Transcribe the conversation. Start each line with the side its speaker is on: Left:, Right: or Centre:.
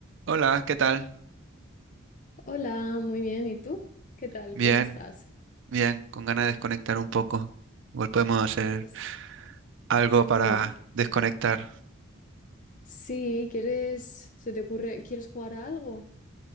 Right: Hola, ¿qué tal?
Left: Hola, muy bien. ¿Y tú? ¿Qué tal?
Right: Bien,
Left: ¿Cómo estás?
Right: bien, con ganas de desconectar un poco. Igual podemos hacer
Left: Pues,
Right: algo para
Left: Mm.
Right: desconectar.
Left: Sí, ¿quieres, se te ocurre, ¿quieres jugar a algo?